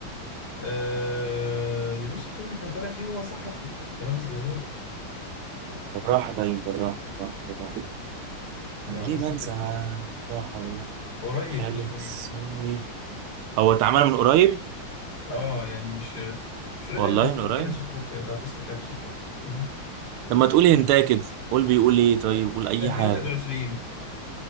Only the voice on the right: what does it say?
بالراحة باين بالراحة بالراحة بالراحة
انا
ليه بنزع
بالراحة بالراحة
خالد
الصاوي هو اتعمل من قريب
والله
من قريب
لما تقول هنتايه كده قول بيقول ايه طيب قول اي
حاجة